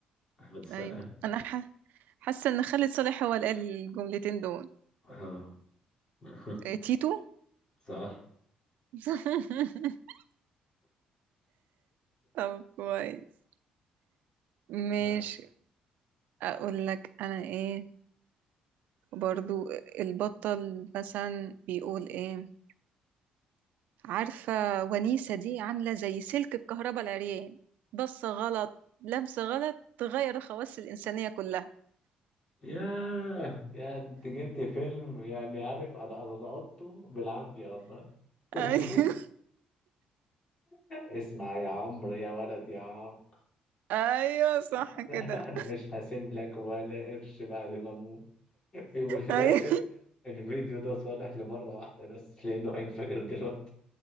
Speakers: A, on the left (about 25°); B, on the right (about 75°).
A: احمد السقا
B: ايوه انا ح... حاسه ان خالد صالح هو اللي قال الجملتين دول
A: اه <laughs>
B: إيه، تيتو
A: صح
B: <laughs> طب كويس ماشي
A: آه.
B: اقول لك انا ايه برضو البطل مثلا بيقول ايه عارفة ونيسة دي عاملة زي سلك الكهرباء العريان بص غلط لمس غلط تغير الخواص الإنسانية كلها
A: ياه يا انت جبت فيلم يعني عارف انا انا لقطته بالعافيه والله <laughs>
B: ايوه
A: اسمع يا عمرو يا ولد يا عم
B: ايوه صح
A: <laughs>
B: كده
A: انا مش هسيب لك ولا قرش بعد ما اموت وفي الاخر
B: ايوه
A: الفيديو ده صالح لمره واحده بس لانه هينفجر دلوقتي